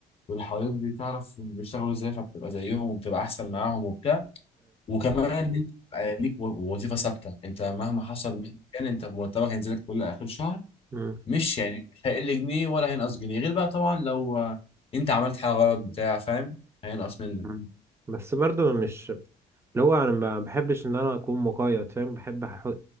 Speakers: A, on the left (about 35°); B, on the right (about 15°).
A: واللي حواليك بتعرف بيشتغلوا ازاي فبتبقى زيهم وبتبقى احسن معاهم وبتاع وكمان ان انت بقى ليك و- وظيفه ثابته انت مهما حصل مهما كان انت مرتبك هينزل لك كل اخر شهر
B: اي
A: مش يعني مش هيقل جنيه ولا هينقص جنيه غير بقى طبعا لو آه، انت عملت حاجه غلط بتاع فاهم هينقص منك
B: مم. بس برضو مش اللي هو انا ما بحبش ان انا اكون مقيد فاهم بحب أحو...